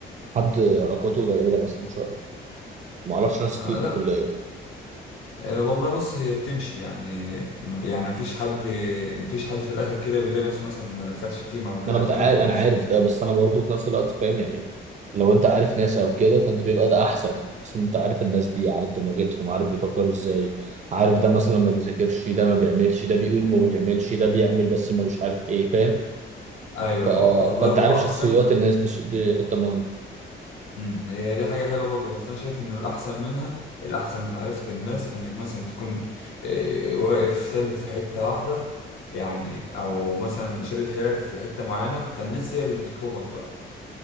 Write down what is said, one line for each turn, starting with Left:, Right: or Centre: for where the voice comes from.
Right: حد علاقاته قليله مثلا شويه ما اعرفش ناس
Left: آه
Right: كتير في
Left: لا
Right: الكليه
Left: أه، والله بص هي بتمشي يعني ما في- يعني مفيش حد مفيش حد في الاخر كده بيلاقي نفسه مثلا ما دخلش تيم او كده
Right: ما انا متعارف
Left: فاهم مش
Right: انا عارف ده بس انا برضه في نفس الوقت فاهم يعني لو انت عارف ناس او كده فانت بيبقى ده احسن بحيث ان انت عارف الناس دي عارف دماغتهم عارف بيفكروا ازاي عارف ده مثلا ما بيذاكرش ده ما بيعملش ده بيقول ما بيعملش ده بيعمل بس ما مش عارف ايه فاهم
Left: ايوه
Right: ف...
Left: و- والله
Right: فانت
Left: هو
Right: عارف شخصيات
Left: احسن
Right: الناس دي, ش... دي حته مهمه
Left: مم، هي دي حاجه حلوه برضه بس انا شايف انه الاحسن منها الاحسن معرفه الناس انك مثلا تكون أه، واقف ثابت في حته واحده يعني او مثلا شادد حيلك في حته معينه فالناس هي اللي بتطلبك بقى